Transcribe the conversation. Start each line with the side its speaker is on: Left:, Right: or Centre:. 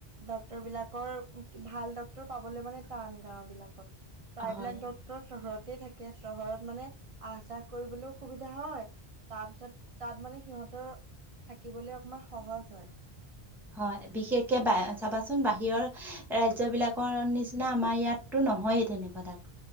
Right: ডক্তৰ বিলাকৰ ভাল ডক্তৰ পাবলে মানে টান গাও বিলাকত। প্ৰায়বিলাক
Centre: হয়
Right: ডক্টৰ চহৰত তে থাকে চহৰত মানে আহ যাহ কৰিবলৈও সুবিধা হয়, তাৰপিছত তাত মানে সিহঁতৰ থাকিবলে অকমান সহজ হয়।
Centre: হয় বিশেষকে বা চাবাচোন বাহিৰৰ ৰাজ্য বিলাকৰ নিচিনা আমাৰ ইয়াতো নহয় তেনেকুৱা ডাক